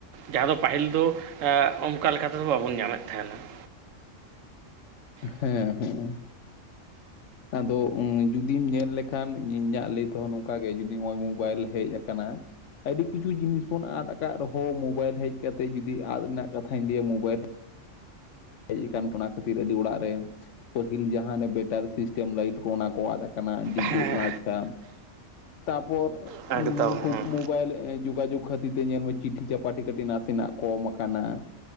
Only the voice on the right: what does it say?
ᱡᱟᱦᱟᱸ ᱫᱚ ᱯᱟᱹᱦᱤᱞ ᱫᱚ ᱮᱸ ᱚᱝᱠᱟ ᱞᱮᱠᱟ ᱛᱮᱫᱚ ᱵᱟᱵᱚᱱ ᱧᱟᱢᱮᱫ ᱛᱟᱦᱮᱸᱱᱟ ᱾
ᱦᱮᱸ
ᱦᱮᱸ ᱮᱠᱫᱚᱢ
ᱦᱮᱸ